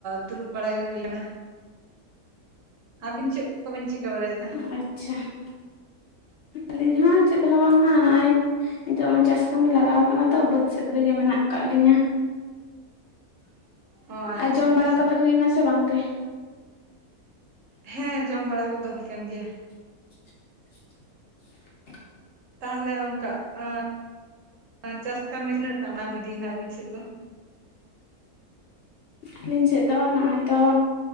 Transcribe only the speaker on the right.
ᱫᱩᱲᱩᱵ ᱵᱟᱲᱟ ᱜᱮ ᱦᱩᱭ ᱟᱠᱟᱱᱟ ᱾ ᱟᱹᱵᱤᱱ ᱪᱮᱫ ᱠᱚᱵᱤᱱ ᱪᱤᱠᱟᱹ ᱵᱟᱲᱟᱭᱮᱫᱟ?
<unintelligible> ᱚ ᱟᱪᱪᱷᱟ
ᱟᱪᱪᱷᱟ
ᱦᱮᱸ ᱡᱚᱢ ᱵᱟᱲᱟ ᱠᱚ ᱫᱚ ᱦᱩᱭ ᱠᱟᱱ ᱜᱮᱭᱟ ᱾
ᱛᱟᱦᱚᱞᱮ ᱚᱱᱠᱟ <inaudible> ᱪᱟᱥ ᱠᱟᱹᱢᱤ ᱛᱤᱱᱟᱹᱜ ᱴᱟᱜ ᱵᱟᱝ ᱤᱫᱤᱭᱮᱱᱟ ᱟᱵᱤᱱ ᱥᱮᱫ ᱫᱚ?